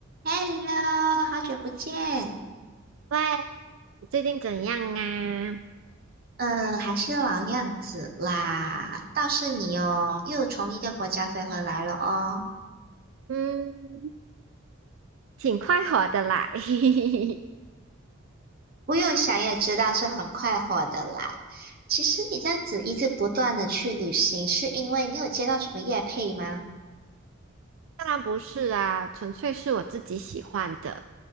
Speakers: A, on the right; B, on the right.
A: Hello，好久不见，
B: 喂，最近怎样啊？
A: 呃，还是老样子啦。倒是你哦，又从一个国家飞回来了哦。
B: 嗯，挺快活的啦。<laughs>
A: 不用想也知道是很快活的啦。其实你这样子一直不断的去旅行，是因为你有接到什么业配吗？
B: 当然不是啊，纯粹是我自己喜欢的，